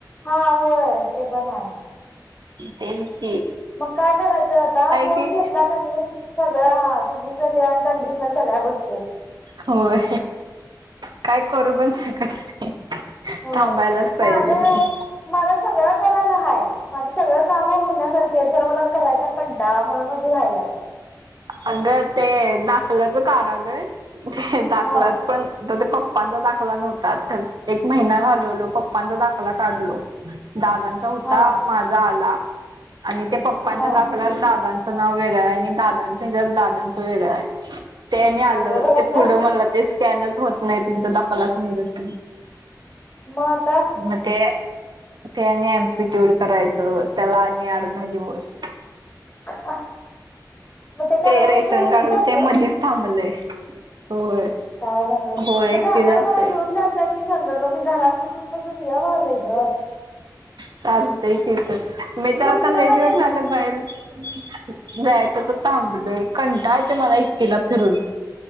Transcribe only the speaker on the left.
हा होय ते पण आहे.
मग काय करायचं आता फोन
घेतला कानी सगळ हा तुझीच तशी आणखी. कंडशन सगळ्या गोष्टी.
होय
माझ मला सगळं करायला हाय. माझं सगळं काम होण्यासारखे आहेत खर मला करायचा कंटाळा म्हणून माझे रायलात.
हा
हा
हा
अगं बाई
आता
मग आता
हा हा मग ते करायचं
न तू एकटे
जातेस.
काय नव्ह
म जाताना
मला घेऊन जात जा की. क सांग ग मी घरात बसून बसून यावलंय ग.
कुठं
पण
एकटी